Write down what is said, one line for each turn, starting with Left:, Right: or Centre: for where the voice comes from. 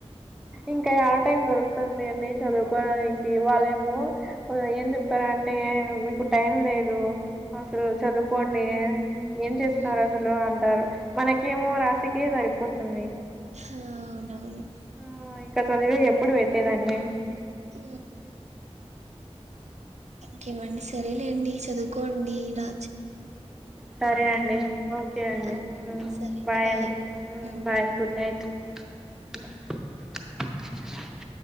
Centre: ఇంకా ఏడ టైం దొరుకుతుంది అండి చదువుకోవడానికి వాళ్ళేమో ఏం చెప్పారంటే మీకు టైం లేదు అసలు చదువుకోండి ఏం చేస్తున్నారు
Right: ఆ,
Centre: అసలు అంత మనకేమో రాసిక సరిపోతుంది
Right: ఆ అవునవును
Centre: ఆ ఇంకా చదివే ఎప్పుడు పెట్టేదాన్ని
Right: ఆ ఇంకేమండి సరేలేండి చదువుకోండి నా
Centre: సరే అండి ఓకే
Right: కదా
Centre: అండి
Right: మ్మ్, సరే
Centre: బాయ్ అండి
Right: మ్మ్.
Centre: Bye good night <unintelligible>